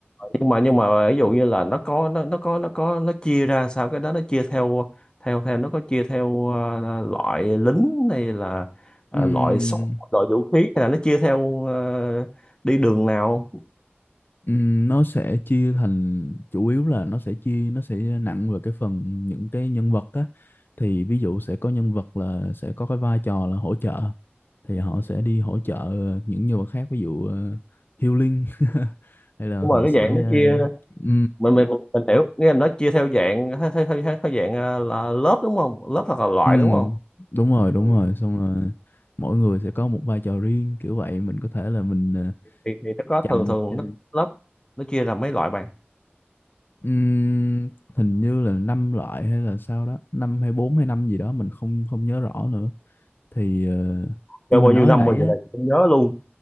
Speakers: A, on the left (about 20°); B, on the left (about 55°).
A: nhưng mà nhưng mà ví dụ như là nó có nó nó có nó có nó chia ra sao cái đó nó chia theo theo theo nó có chia theo ờ, loại lính hay là ờ,
B: Ừm,
A: loại súng loại vũ khí hay là nó chia theo ờ, đi đường nào
B: ừm, nó sẽ chia thành chủ yếu là nó sẽ chia nó sẽ nặng về cái phần những cái nhân vật á. Thì ví dụ sẽ có nhân vật là sẽ có cái vai trò là hỗ trợ thì họ sẽ đi hỗ trợ những nhân vật khác ví dụ ờ, healing <laughs> hay là
A: nhưng
B: họ
A: mà cái
B: sẽ
A: dạng nó chia
B: uh,
A: mình mình mình mình hiểu nghĩa là nó chia theo dạng theo, theo, theo, theo dạng ờ, là lớp đúng không lớp hoặc là loại
B: Ừ,
A: đúng không
B: đúng rồi, đúng
A: ừ.
B: rồi. Xong rồi mỗi người sẽ có một vai trò riêng kiểu vậy. Mình có thể là mình ờ,
A: thì thì nó có
B: chặn
A: thường thường
B: cho-
A: nó lớp nó chia ra mấy loại bạn
B: Ừm, hình như là năm loại hay là sao đó, năm hay bốn hay năm gì đó mình không không nhớ rõ nữa. Thì ờ,
A: rồi
B: như mình
A: bao
B: nói
A: nhiêu năm
B: hồi nãy
A: mình giờ
B: á,
A: này cũng nhớ luôn